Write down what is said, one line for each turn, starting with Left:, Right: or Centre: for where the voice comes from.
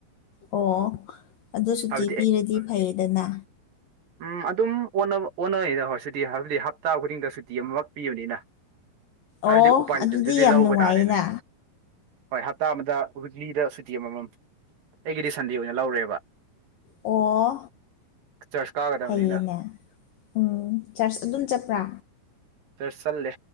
Left: ꯑꯣ ꯑꯗꯨ ꯁꯨꯇꯤ
Right: ꯍꯥꯏꯕꯗꯤ
Left: ꯄꯤꯔꯗꯤ
Right: ꯑꯦ
Left: ꯐꯩꯗꯅ꯫
Right: ꯎꯝ꯫ ꯑꯗꯨꯝ ꯑꯣꯟꯕ ꯑꯣꯟꯅꯩꯗ ꯍꯣꯏ ꯁꯨꯇꯤ ꯍꯥꯏꯗꯤ ꯍꯞꯇꯥ ꯈꯨꯗꯤꯡꯗ ꯁꯨꯇꯤ ꯑꯃꯈꯛ ꯄꯤꯕꯅꯤꯅ꯫ ꯍꯥꯏꯗꯤ
Left: ꯑꯣ
Right: ꯎꯄꯥꯏ
Left: ꯑꯗꯨꯗꯤ
Right: ꯂꯩꯇꯕꯗꯨꯗꯤ
Left: ꯌꯥꯝ
Right: ꯂꯧꯕ
Left: ꯅꯨꯡꯉꯥꯏꯌꯦꯅ
Right: ꯇꯥꯔꯦꯅꯦ꯫ ꯍꯣꯏ ꯍꯞꯇꯥ ꯑꯃꯗ ꯋꯤꯛꯂꯤꯗ ꯁꯨꯇꯤ ꯑꯃꯃꯥꯝ ꯑꯩꯒꯤꯗꯤ ꯁꯟꯗꯦ ꯑꯣꯏꯅ ꯂꯧꯔꯦꯕ꯫
Left: ꯑꯣ
Right: ꯆꯔꯆ ꯀꯥꯒꯗꯕꯅꯤꯅ
Left: ꯐꯩꯌꯦꯅꯦ꯫ ꯎꯝ ꯆꯔꯆ ꯑꯗꯨꯝ ꯆꯠꯄ꯭ꯔꯥ꯫
Right: ꯆꯔꯆ ꯆꯠꯂꯤ꯫